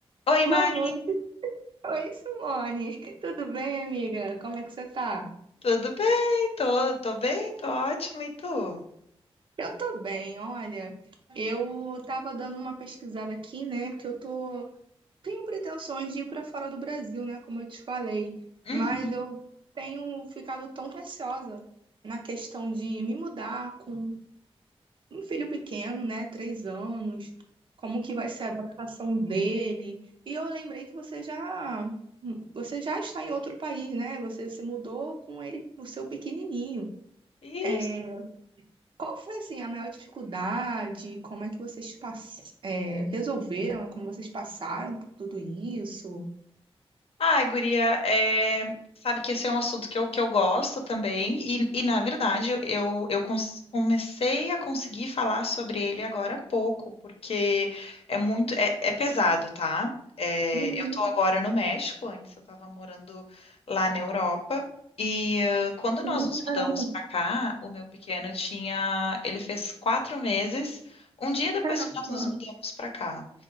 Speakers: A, on the left; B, on the right.
A: Oi,
B: Boa
A: Mari,
B: noite. Oi, Simone. <laughs> Tudo bem, amiga? Como é que você tá?
A: tudo bem? Tô, tô bem, tô ótima, e tu?
B: Eu tô bem, olha. Eu tava dando uma pesquisada aqui, né? Porque eu tô tenho pretensões de ir para fora do Brasil, né, como eu te falei,
A: Uhum.
B: mas eu tenho ficado tão receosa na questão de me mudar com um filho pequeno, né, três anos, como que vai ser a adaptação dele. E eu lembrei que você já você já está em outro país, né? Você se mudou com ele, o seu pequenininho.
A: Isso.
B: É, qual foi assim a maior dificuldade? Como é que vocês pass- é, resolveram? Como vocês passaram por tudo isso?
A: Ah, guria, é, sabe que esse é um assunto que eu, que eu gosto também, e, e, na verdade eu, eu cons- comecei a conseguir falar sobre ele agora há pouco, porque é muito, é, é pesado, tá? É,
B: Uhum.
A: eu tô agora no México, antes eu tava morando lá na Europa, e ah, quando nós
B: Sim,
A: nos mudamos
B: caramba,
A: pra cá, o meu pequeno tinha, ele fez quatro meses, um dia depois
B: caramba.
A: que nós nos mudamos pra cá.